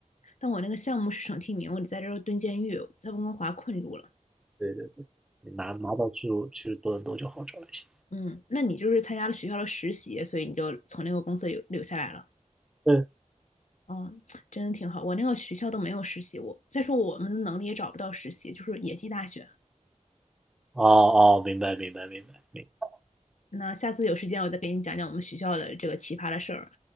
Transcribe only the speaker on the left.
但我那个项目是省提名，我得在这儿蹲监狱，在温哥华困住了。
嗯，那你就是参加了学校的实习，所以你就从那个公司留留下来了。
嗯，真的挺好。我那个学校都没有实习，我再说我们能力也找不到实习，就是野鸡大学。
那下次有时间我再给你讲讲我们学校的这个奇葩的事儿。